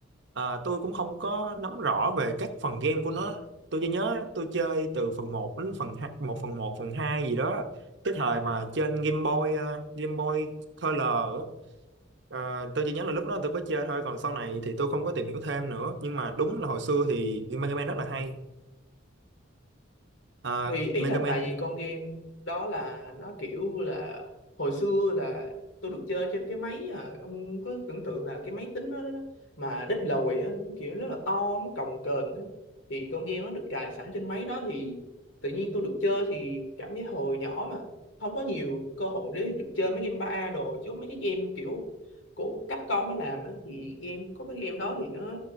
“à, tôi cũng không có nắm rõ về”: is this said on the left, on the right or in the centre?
Right